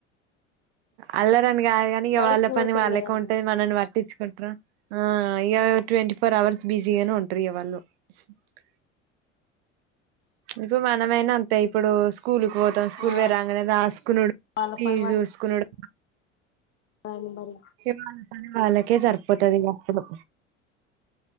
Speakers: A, on the right (about 55°); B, on the left (about 30°).
A: అల్లరని కాదు కానీ ఇగ
B: బడికి
A: వాళ్ళ
B: పోతారు
A: పని వాళ్ళకే
B: కదండి
A: ఉంటాది మనల్ని పట్టించుకుంటారా. ఆ ఇక ట్వంటీ ఫోర్ అవర్స్ బిజీగానే ఉంటారు వాళ్ళు. ఆ ఇప్పుడు మనమైనా అంతే ఇప్పుడు స్కూల్కి పో మొత్తం స్కూల్
B: ఆ
A: పోయి రాంగానే రాసుకునుడు
B: వాళ్ళ
A: టీవీ
B: పని
A: చూసుకునుడు
B: పని మరి
A: వాళ్ళ పని వాళ్ళకే సరిపోతాది అప్పుడు